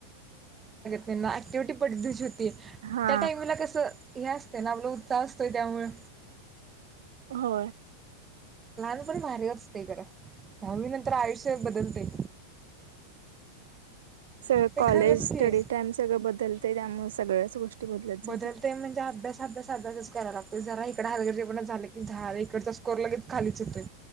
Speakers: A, on the right (about 20°); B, on the right (about 60°).
A: त्यांना ॲक्टिव्हिटी पटदीवशी होती
B: हा
A: त्या टाईमला कसं हे असतं ना आपलं असतोय त्यामुळं
B: होय.
A: लहानपण भारी असतय खर, दहावी नंतर आयुष्य बदलतय.
B: सगळ
A: ते
B: कॉलेज
A: खरंच
B: स्टडी
A: की
B: टाइम सगळं बदलते त्यामुळे सगळ्याच गोष्टी बदलत
A: बदलते
B: जातात
A: म्हणजे अभ्यास अभ्यास अभ्यासचकराय लागतोय जरा इकड हलगर्जेपण झालं की झाल इकडचा स्कोर लगेच खाली येतोय